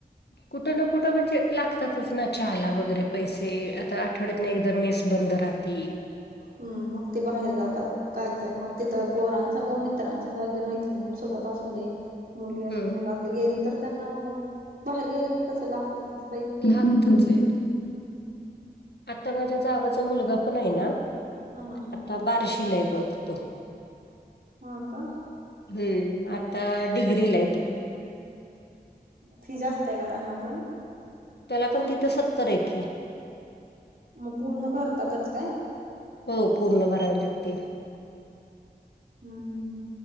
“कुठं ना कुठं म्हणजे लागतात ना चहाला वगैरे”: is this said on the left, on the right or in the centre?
Left